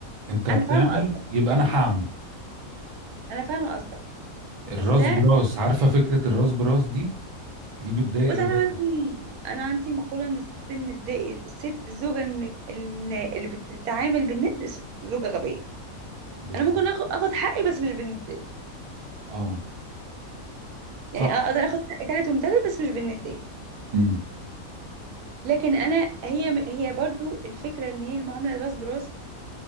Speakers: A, on the right; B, on the right.
A: انت بتعمل
B: انا فاهمه قصدك
A: يبقى انا هعمل
B: انا فاهمه قصدك
A: الراس
B: بس ده
A: براس عارفه فكره الراس براس دي دي بتضايق
B: بص
A: الراس
B: انا عندي انا عندي مقوله ان الست الند الست الزوجه الن- الن- اللي بتتعامل بالند س- زوجه غبيه
A: بالظبط
B: انا ممكن اخد اخد حقي بس مش بالنديه
A: اه
B: يعني
A: صح
B: اقدر اخد حقي تالت ومتلت بس مش بالنديه
A: امم
B: لكن انا هي هي برضو الفكره ان هي المعامله راس براس